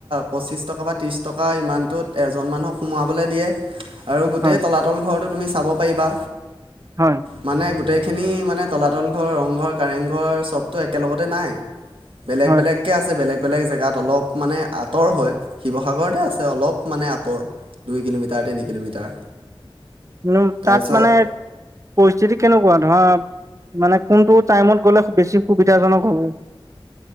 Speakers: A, on the right; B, on the right.
A: পঁচিছ টকা বা ত্ৰি ানত এজন মানুহক সোমোৱাবলৈ দিয়ে। আৰু গোটেই
B: হয়,
A: তলাতল ঘৰটো তুমি চাব পাৰিবা,
B: হয়,
A: মানে গোটেই খিনি মানে তলাতল ঘৰ ৰংঘৰ কাৰেংঘৰ চবটো একেলগতে নাই। বেলেগ
B: হয়।
A: বেলেগকে আছে বেলেগ বেলেগ জেগাত অলপ মানে আঁতৰ হয় শিৱসাগৰতে আছে অলপ মানে আঁতৰ। দুই কিলোমিটাৰ তিনি কিলোমিটাৰ।
B: উ
A: তাৰপিছত
B: তাত মানে, পৰিস্থিতি কেনেকুৱা ধৰা মানে কোনটো টাইমত গলে বেছি সুবিধাজনক হ'ব।